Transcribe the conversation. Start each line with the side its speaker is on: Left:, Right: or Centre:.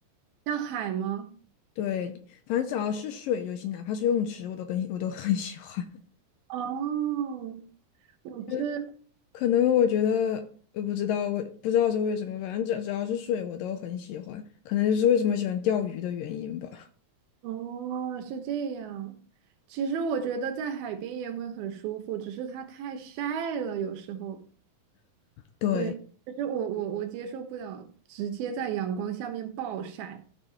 Right: 像海吗？
Left: 对，反正只要是水就行，哪怕是游泳池，我都更我都很喜欢。
Right: 哦，我是
Left: 就是可能我觉得，我不知道，我不知道是为什么，反正只只要是水，我都很喜欢。可能就是为什么喜欢钓鱼的原因吧。
Right: 哦，是这样。其实我觉得在海边也会很舒服，只是它太晒了，有时候。
Left: 对，
Right: 对，就是我我我接受不了直接在阳光下面暴晒。